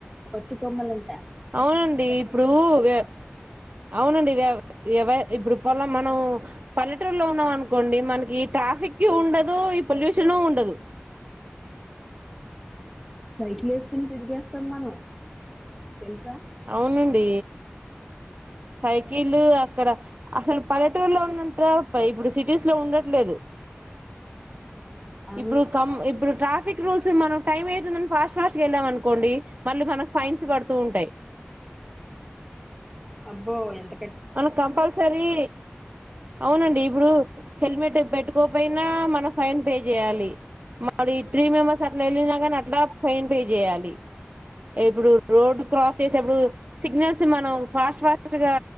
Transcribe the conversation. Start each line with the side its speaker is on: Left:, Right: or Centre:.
Centre: పట్టుకొమ్మలుంట
Right: అవునండి ఇప్పుడు వ అవునండి వ ఎవ ఇప్పుడు పోల మనం పల్లెటూరులో ఉన్నాం అనుకోండి మనకి ట్రాఫికి ఉండదు ఈ పొల్యూషన ఉండదు
Centre: <inaudible> సైకిలేసుకొని తిరిగేస్తాం మనం తెల్సా
Right: అవునండి సైకిలు అక్కడ అసలు పల్లెటూరులో ఉన్నంత ఇప్పుడు సిటీస్ లో ఉండట్లేదు
Centre: అవు
Right: ఇప్పుడు కమ్ ఇప్పుడు ట్రా ట్రాఫిక్ రూల్స్ మనం టైం అవుతుందని ఫాస్ట్ ఫాస్ట్ గ వెళ్ళామఅనుకోండి మళ్ళీ మనకు ఫైన్స్ పడుతూ ఉంటాయి
Centre: <inaudible> అబ్బో ఎంత
Right: అవును కంపల్సరి
Centre: <inaudible>
Right: అవునండి ఇప్పుడు హెల్మెట్ పెట్టుకోపోయినా మనం ఫైన్ పే చెయ్యాలి మరి త్రీ మెంబర్స్ అట్లా ఎళ్ళినా గనీ అట్లా ఫైన్ పే చెయ్యాలి ఇప్పుడు రోడ్డు క్రాస్ చేసేప్పుడు సిగ్నల్స్ మనం ఫాస్ట్ ఫాస్ట్ గా